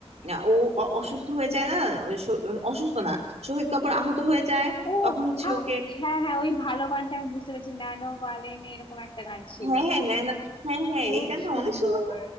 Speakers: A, on the right (about 75°); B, on the left (about 50°).
A: আহ, ও অ- অসুস্থ হয়ে যায় না ওই স- অসুস্থ না শহীদ কাপুর আহত হয়ে যায়
B: ও
A: তখন হচ্ছে
B: আহ,
A: ওকে
B: হ্যাঁ হ্যাঁ ওই ভালো গানটা আমি বুঝতে পেরেছি ন্যানো ভালেন এরকম একটা গান ছিল
A: হ্যাঁ হ্যাঁ না না হ্যাঁ হ্যাঁ
B: খুব
A: এই গানটা
B: সুন্দর
A: অনেক সুন্দর না